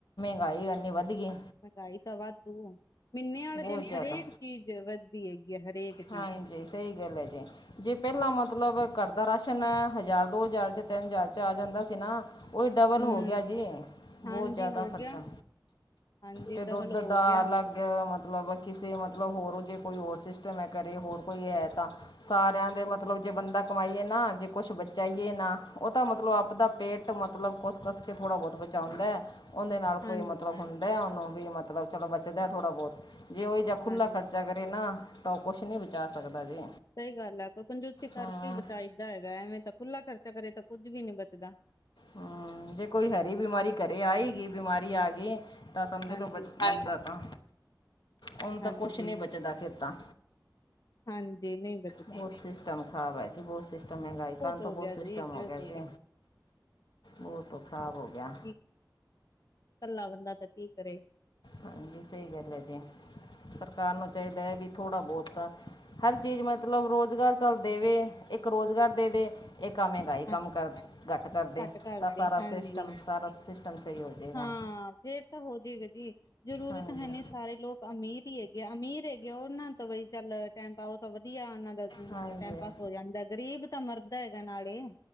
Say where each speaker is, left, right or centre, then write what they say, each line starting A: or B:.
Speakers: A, on the left; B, on the left.
A: ਮਹਿਗਾਈ ਓਨੀ ਵੱਧ ਗਈ।
B: ਮਹਿੰਗਾਈ ਤਾਂ ਵਾਧੂ, ਮਹੀਨੇ ਵਾਲੇ
A: ਬਹੁਤ
B: ਦਿਨ
A: ਜ਼ਿਆਦਾ
B: ਹਰੇਕ ਚੀਜ਼ ਵੱਧਦੀ ਹੈਗੀ ਆ ਹਰੇਕ। ਚੀਜ਼
A: ਹਾਂਜੀ, ਸਹੀ ਗੱਲ ਹੈ ਜੀ। ਜੇ ਪਹਿਲਾਂ ਮਤਲਬ ਘਰ ਦਾ ਰਾਸ਼ਨ, ਹਜ਼ਾਰ ਦੋ ਹਜ਼ਾਰ ਚ ਤਿੰਨ ਹਜ਼ਾਰ ਚ ਆ ਜਾਂਦਾ ਸੀ ਨਾ। ਉਹੀ ਡਬਲ
B: ਹਮ
A: ਹੋ ਗਿਆ ਜੀ, ਬਹੁਤ
B: ਹਾਂਜੀ
A: ਜ਼ਿਆਦਾ
B: ਹੋ
A: ਖਰਚਾ
B: ਗਿਆ ਹਾਂਜੀ
A: ਤੇ ਦੁੱਧ
B: ਡਬਲ ਹੋ
A: ਦਾ
B: ਗਿਆ
A: ਅਲੱਗ, ਮਤਲਬ ਕਿਸੇ ਮਤਲਬ ਹੋਰ ਜੇ ਕੋਈ ਹੋਰ ਸਿਸਟਮ ਕਰੇ ਹੋਰ ਕੋਈ ਹੈ ਤਾਂ ਸਾਰਿਆਂ ਦੇ ਮਤਲਬ, ਜੇ ਬੰਦਾ ਕਮਾਈਏ ਨਾ ਜੇ ਕੁਛ ਬਚਾਈਏ ਨਾ ਉਹ ਤਾਂ ਮਤਲਬ ਆਪਦਾ ਪੇਟ ਘਟ ਮਤਲਬ ਕੁਸ-ਕਸ ਕੇ ਥੋੜ੍ਹਾ ਬਹੁਤ ਬਚਉਂਦਾ। ਉਹਦੇ ਨਾਲ
B: ਹਾਂਜੀ
A: ਕੋਈ ਮਤਲਬ ਹੁੰਦਾ, ਉਹਨੂੰ ਵੀ ਮਤਲਬ ਚਲੋ ਬਚਦਾ ਥੋੜ੍ਹਾ ਬਹੁਤ, ਜੇ ਉਹੀ ਜਿਹਾ ਖੁੱਲ੍ਹਾ
B: ਹਾਂਜੀ
A: ਖਰਚਾ। ਚਾ ਕਰੇ ਨਾ, ਤਾਂ ਉਹ ਕੁਛ ਨਹੀਂ ਬਚਾ ਸਕਦਾ ਜੀ।
B: ਸਹੀ ਗੱਲ ਹੈ, ਕੋਈ ਕੰਜੂਸੀ ਕਰਕੇ
A: ਹਾਂ,
B: ਬਚਾਈਦਾ ਹੈਗਾ, ਐਵੇਂ ਤਾਂ ਖੁੱਲਾ ਖਰਚਾ ਕਰੇ ਤਾਂ ਕੁੱਝ ਵੀ ਨਹੀਂ ਬਚਦਾ।
A: ਹਮ, ਜੇ ਕੋਈ ਹਰੀ ਬਿਮਾਰੀ ਘਰੇ ਆਈ ਹੀ ਗਈ, ਬਿਮਾਰੀ ਆ ਗਈ। ਤਾਂ ਸਮਝ
B: ਹਾਂਜੀ
A: ਲਓ ਬਚਦਾ ਹੁਣ ਤਾਂ
B: ਹਾਂਜੀ
A: ਕੁੱਛ ਨਹੀਂ ਬਚਦਾ ਫਿਰ ਤਾਂ।
B: ਹਾਂਜੀ ਨਹੀਂ ਬਚਦਾ
A: ਬਹੁਤ ਸਿਸਟਮ ਖ਼ਰਾਬ ਹੈ ਜੀ, ਬਹੁਤ ਸਿਸਟਮ, ਮਹਿੰਗਾਈ ਕਾਰਨ ਤਾਂ
B: ਹੋ
A: ਬਹੁਤ
B: ਗਿਆ
A: ਸਿਸਟਮ
B: ਜੀ ਬਹੁਤ
A: ਹੋ ਗਿਆ ਜੀ। ਉਹ ਤੋਂ ਖਰਾਬ ਹੋ ਗਿਆ।
B: ਇਕ, ਕੱਲਾ ਬੰਦਾ ਤਾਂ ਕੀ ਕਰੇ।
A: ਹਾਂਜੀ, ਸਹੀ ਗੱਲ ਐ ਜੀ, ਸਰਕਾਰ ਨੂੰ ਚਾਹੀਦਾ ਹੈ ਵੀ ਥੋੜ੍ਹਾ ਬਹੁਤ ਤਾ ਹਰ ਚੀਜ਼ ਮਤਲਬ ਰੁਜ਼ਗਾਰ ਚੱਲ ਦੇਵੇ, ਇੱਕ ਰੁਜ਼ਗਾਰ ਦੇਦੇ ਇਹ ਆ ਮਹਿੰਗਾਈ
B: ਹਾਂ
A: ਕੰਮ, ਕਰ ਘੱਟ ਕਰਦੇ।
B: ਘੱਟ ਕਰਦੇ
A: ਤਾਂ ਸਾਰਾ
B: ਹਾਂਜੀ
A: ਸਿਸਟਮ ਸਾਰਾ ਸਿਸਟਮ ਸਹੀ ਹੋਜੇਗਾ।
B: ਹਾਂ ਫੇਰ ਤਾ ਹੋਜੇਗਾ ਜੀ, ਜਰੂਰੀ
A: ਹਾਂਜੀ
B: ਤਾਂ ਹੈਨੀ ਸਾਰੇ ਲੋਕ ਅਮੀਰ ਹੀ ਹੇਗੇ ਆ, ਅਮੀਰ ਹੇਗੇ ਆ ਉਹਨਾਂ ਤੋਂ ਬਈ ਚੱਲ, ਟਾਈਮ ਪਾਓ ਤਾਂ ਵਧੀਆ ਉਹਨਾਂ ਦਾ ਹੂੰ,
A: ਹਾਂਜੀ
B: ਟਾਈਮਪਾਸ ਹੋ ਜਾਂਦਾ, ਗ਼ਰੀਬ ਤਾਂ ਮਰਦਾ ਹੈਗਾ ਨਾਲੇ।